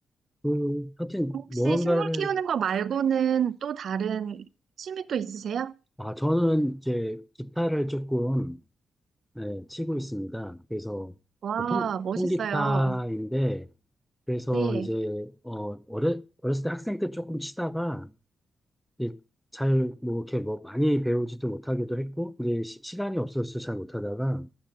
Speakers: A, in the centre; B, on the right (about 60°).
A: 그, 하여튼,
B: 혹시
A: 무언가를,
B: 식물 키우는 거 말고는 또 다른 취미 또 있으세요?
A: 아, 저는 이제 기타를 조금, 예, 치고 있습니다. 그래서,
B: 와,
A: 그 통,
B: 멋있어요.
A: 통기타인데, 그래서
B: 네,
A: 이제, 어, 어렸, 어렸을 때 학생 때 조금 치다가, 이제 잘, 뭐, 이렇게 뭐, 많이 배우지도 못하기도 했고, 이제 시, 간이 없어서 잘 못하다가,